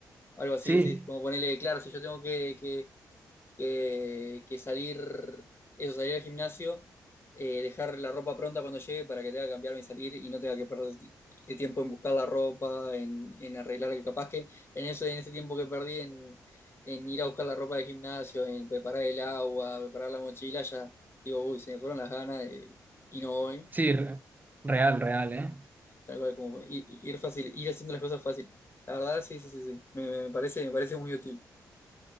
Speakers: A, on the left; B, on the right.
A: Algo así,
B: Sí,
A: decís, como ponerle, claro, si yo tengo que, que que, que salir, eso, salir al gimnasio, eh, dejar la ropa pronta cuando llegue para que tenga que cambiarme y salir y no tenga que perder t- tiempo en buscar la ropa, en, en arreglar, que capaz que en eso, en ese tiempo que perdí en, en ir a buscar la ropa del gimnasio, en preparar el agua, preparar la mochila, ya digo, uy, se me fueron las ganas de- y no voy.
B: sí, re- real, real, ¿eh?
A: Tal cual como fue. ir, ir fácil, ir haciendo las cosas fácil. La verdad, sí, sí, sí, sí. Me, me parece, me parece muy útil.